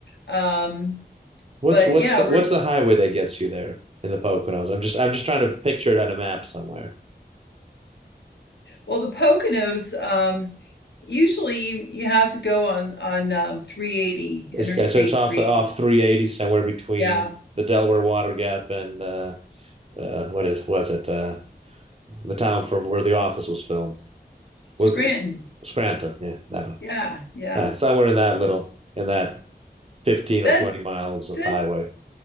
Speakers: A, on the left (about 85°); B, on the right (about 35°).
A: Um
B: What's
A: but
B: what's
A: yeah,
B: the
A: we're
B: what's the highway that gets you there in the Poconos? I'm just I'm just trying to picture it on a map somewhere.
A: well the Poconos um usually you have to go on on um 380
B: It's
A: interstate
B: okay. So it's off
A: 380.
B: the off 380 somewhere between
A: Yeah.
B: the Delaware Water Gap and uh, uh, what is was it uh, the town from where the office was filmed?
A: Scranton.
B: Wick- Scranton. Yeah, that one.
A: Yeah, yeah
B: Uh, somewhere in that little in that 15
A: that
B: or 20 miles of
A: the
B: highway.